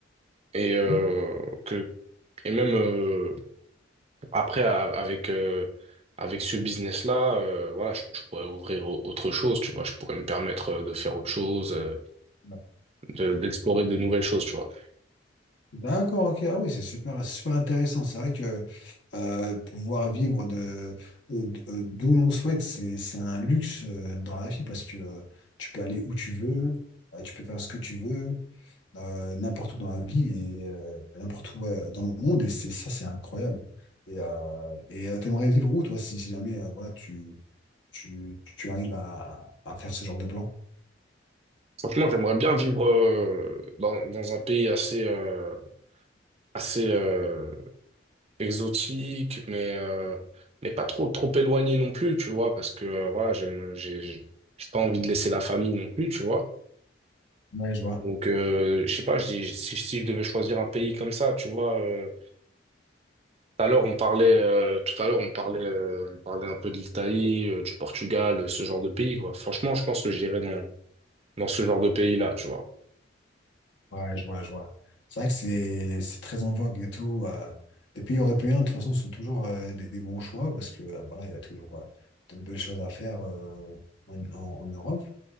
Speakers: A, on the right; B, on the left.
A: Et, euh,
B: ok,
A: que, et même euh, après, a- avec, euh, avec ce business-là, euh, voilà, je, je pourrais ouvrir au- autre chose, tu vois. Je pourrais me permettre euh, de faire autre chose, euh,
B: ouais.
A: de- d'explorer de nouvelles choses, tu vois.
B: D'accord, ok, ah oui, c'est super, c'est super intéressant. C'est vrai que euh, pouvoir vivre de, de- d'où l'on souhaite, c'est, c'est un luxe euh, dans la vie parce que euh, tu peux aller où tu veux, euh, tu peux faire ce que tu veux. euh, n'importe où dans la vie et euh, n'importe où ouais, dans le monde. Et c'est ça, c'est incroyable. Et euh, et euh, t'aimerais vivre où, toi, si, si jamais euh, voilà, tu, tu, tu arrives à, à faire ce genre de plan?
A: Franchement, j'aimerais bien vivre euh, dans, dans un pays assez, euh, assez euh, exotique, mais, euh, mais pas trop, trop éloigné non plus, tu vois, parce que euh, voilà, j'aime, j'ai, j'ai j'ai pas envie de laisser la famille non plus, tu vois.
B: Ouais, je vois.
A: Donc, euh, je sais pas, je dis, si, si je devais choisir un pays comme ça, tu vois, euh, tout à l'heure, on parlait, euh, tout à l'heure, on parlait, euh, on parlait un peu de l'Italie, euh, du Portugal, euh, ce genre de pays, quoi. Franchement, je pense que j'irais dans, dans ce genre de pays-là, tu vois.
B: Ouais, je vois, je vois. C'est vrai que c'est c'est très en vogue et tout. euh. Les pays européens, de toute façon, sont toujours euh, des, des bons choix parce que euh, voilà, il y a toujours euh, de belles choses à faire euh, en, en- en Europe.